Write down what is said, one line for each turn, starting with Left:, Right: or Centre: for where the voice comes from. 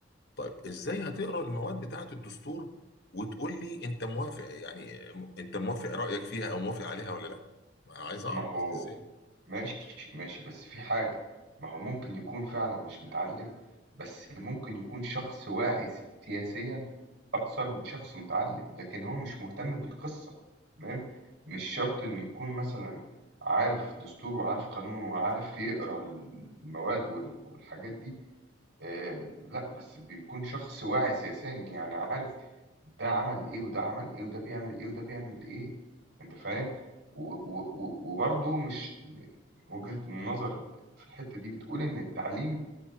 Left: طيب ازاي هتقرا المواد بتاعه الدستور وتقول لي انت موافق يعني انت موافق رايك فيها او موافق عليها ولا لا ما عايز اعرف
Right: ما هو
Left: بس ازاي
Right: ماشي، ماشي، بس في حاجة، ما هو ممكن يكون فعلًا مش متعلّم، بس ممكن يكون شخص واعي سياسيًا أكثر من شخص متعلّم، لكن هو مش مهتم بالقصة، تمام؟ مش شرط إنه يكون مثلًا عارف دستور وعارف قانون وعارف يقرا المواد وال والحاجات دي. آآ لأ، بس بيكون شخص واعي سياسيًا، يعني عارف ده عمل إيه وده عمل إيه وده بيعمل إيه وده بيعمل إيه، أنت فاهم؟ و و و وبرضه مش م وجهة النظر في الحتّة دي بتقول إن التعليم